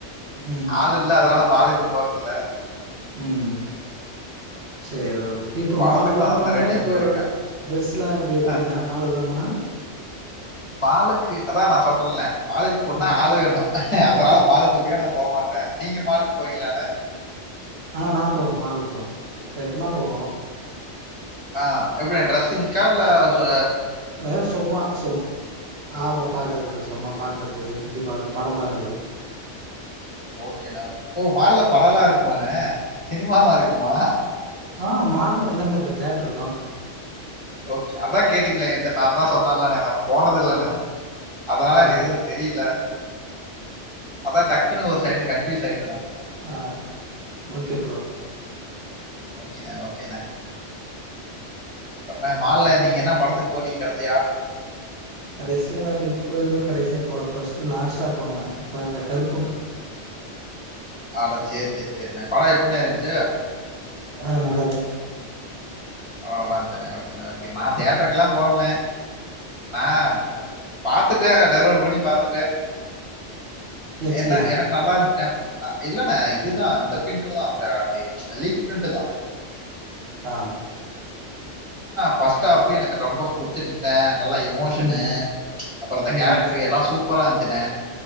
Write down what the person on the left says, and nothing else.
ஆள் இல்ல அதனால மாலுக்கு போறதுல
படத்துக்குலாம்
அதெல்லாம்
நெறைய டைம்
போயிருக்கேன்.
அ
மாலுக்கு அதான் நான் சொல்றேன்ல மாலுக்கு போனா
ஆள் வேணும் அதனால மாலுக்கு பக்கமே நா போமாட்டே நீங்க மாலுக்கு போவீங்களாண்ணே
ஆஹ் எப்படியா டிரரெஸ்ஸிங்க்கா இல்ல சோ
ஓகேண்ணா ஓகே ஓ மால்ல படம் எல்லாம் இருக்குமாண்ணே சினிமல்லாம் இருக்குமா
ஓகே அதான் கேட்டீங்களா ஏன்ட நான் தான் சொன் ண்ணே இல்லண்ணே நா போனது இல்லண்ணே அதனால
எனக்கு எதுவும் தெரில அதான் டக்குன்னு ஒரு செகண்ட் கன்ஃபூஸ் ஆய்
ஓகேண ஓகேண அப்ரம்னா மால்ல நீங்க என்ன படத்துக்கு போ நீங்க கடசிய
அட சேரி சேரி செரிண்ணே படோ எப்டிணே இருந்ச்சு
படோ நல்லாருந்துச்சுனே ஓகேண்ணே ஓகேண்ணே நா தியேட்டருக்கலா போலணே நா பாத்துட்டே டவுன்லோட் பண்ணி பாத்துட்டே
என்ன
எனக்கு நல்லா இருந்துச்சுணே அ இல்லண்ணா இதுதான் அந்த பிரிண்ட்ர் தான் லீக் பிரிண்ட் தான்
ஃபஸ்ட் ஆஃப் எனக்கு ரொம்ப புடிச்சிருக்குனே நல்ல எமோஷனு
அப்ற இந்த
கேரக்ட்ரு எல்லா சூப் சூப்பராருந்துச்சினே